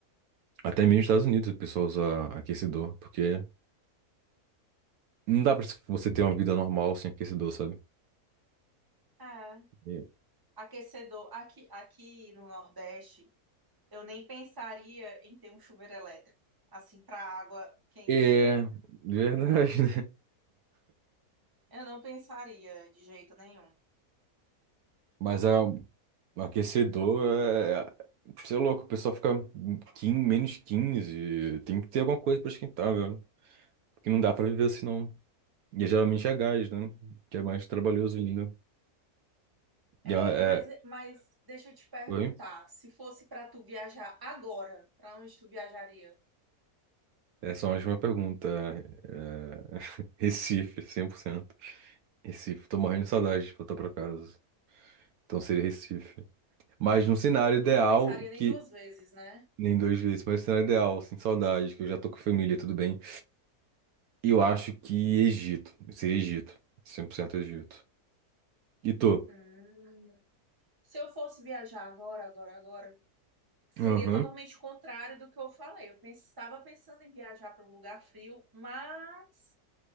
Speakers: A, on the right; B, on the right.
A: até mesmo nos Estados Unidos, o pessoal usa aquecedor, porque não dá pra você ter uma vida normal sem aquecedor, sabe?
B: é.
A: E-
B: Aquecedor, aqui, aqui no Nordeste, eu nem pensaria em ter um chuveiro elétrico, assim, para água quente.
A: É,
B: <laughs>
A: verdade, <laughs> né?
B: Eu não pensaria de jeito nenhum.
A: Mas é, um aquecedor é. Você é louco, o pessoal fica quin menos 15. Tem que ter alguma coisa pra esquentar, velho. Porque não dá pra viver assim, não. E é, geralmente é gás, né? Que é mais trabalhoso ainda.
B: É,
A: E é,
B: mas,
A: é...
B: mas deixa eu te perguntar,
A: Oi?
B: se fosse para tu viajar agora, para onde tu viajaria?
A: Essa é uma ótima pergunta. É, <laughs> Recife, 100%. Recife, tô morrendo de saudade de voltar pra casa. Então seria Recife. Mas num cenário
B: Então,
A: ideal
B: tu não pensaria nem
A: que
B: duas vezes, né?
A: Nem duas vezes, mas o cenário ideal, sem saudade, que eu já tô com a família, tudo bem. E eu acho que Egito, seria Egito, 100% Egito. E tu?
B: Hum. Se eu fosse viajar agora, agora, agora, seria
A: Aham.
B: totalmente contrário do que eu falei. Eu estava pensando em viajar para um lugar frio, mas